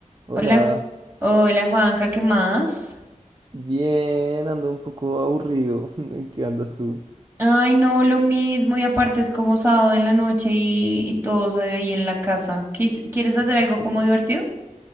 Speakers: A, on the right (about 35°); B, on the right (about 15°).
A: Hola,
B: Hola, hola Juanca, ¿qué más?
A: bien, ando un poco aburrido. <laughs> ¿En qué andas tú?
B: Ay, no, lo mismo y aparte es como sábado en la noche y, y todos ahí en la casa. ¿Quis- ¿Quieres hacer
A: Sí,
B: algo como divertido?